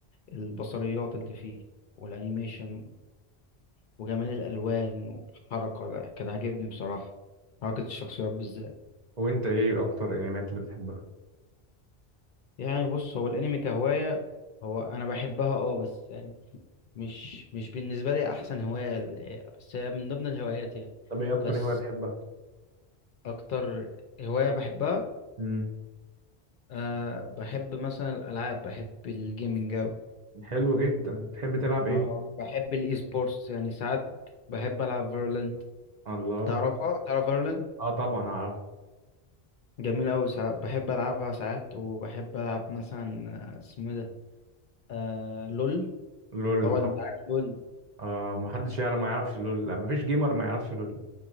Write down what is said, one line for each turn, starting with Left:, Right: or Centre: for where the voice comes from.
Left: البصريات اللي فيه والأنيميشن وجمال الالوان والحركه لا كان عاجبني بصراحه حركه الشخصيات بالذات
Right: وانت ايه اكتر انميات اللي بتحبها
Left: يعني بص هو الانمي كهوايه هو انا بحبها اه بس يعني مش مش بالنسبه لي احسن هوايه ل- بس هي من ضمن الهوايات يعني
Right: طب ايه اكتر
Left: بس
Right: هواية بتحبها
Left: اكتر هوايه بحبها
Right: امم
Left: أه بحب مثلا الالعاب بحب الجيمنج أوي.
Right: حلو جدا بتحب تلعب ايه
Left: اه بحب الاي سبورتس يعني ساعات بحب العب فيرولنت
Right: الله
Left: تعرفها تعرف فيرولنت
Right: اه طبعا اعرف
Left: جميل أوي ساعات بحب ألعبها ساعات وبحب ألعب مثلا آه، اسمه إيه ده آه لول
Right: لول
Left: طبعا
Right: طبعا
Left: انت عارف لول
Right: اه ما حدش يعرف ما يعرفش لول لا ما فيش جيمر ما يعرفش لول